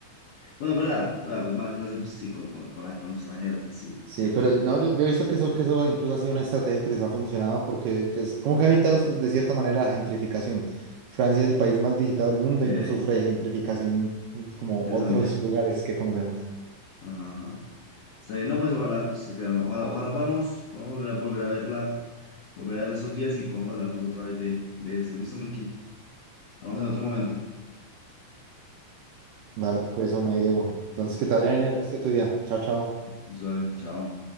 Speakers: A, on the left (about 75°); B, on the right (about 75°).
A: Bueno, verdad, verdad, pues mala clase, pues sí, con, con, con, la- con los extranjeros, eh, sí,
B: Sí,
A: cierto,
B: pero
A: cierto.
B: no, yo, yo he visto que eso, que eso incluso ha sido una estrategia que les ha funcionado porque que es como que ha evitado de cierta manera la gentrificación. Francia es el país más visitado del mundo
A: Ok,
B: y no sufre de gentrificación mm, como
A: interesante.
B: otros <laughs> lugares que conocemos.
A: Ajá, ajá. Está bien, no, pues ojalá, pues claro, ojalá, ojalá podamos, podamos volver a, volver a verla, volver a verla esos días y podamos hablar pues otra vez de, de esto. Listo, Melkin. Hablamos en otro momento.
B: Dale, pues, hombre, Diego. Entonces, que te vaya bien el resto de tu día. Chao, chao.
A: Visuales, chao.